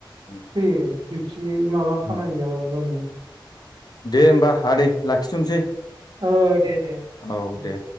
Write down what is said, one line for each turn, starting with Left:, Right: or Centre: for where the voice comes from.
Left: उम
Right: फैयो दिउटि माबा खामानि
Left: उम
Right: गैयाबाबो गावनि
Left: दे होमबा आदै लाखिथ'नोसै।
Right: ओ दे दे।
Left: औ
Right: उम
Left: दे।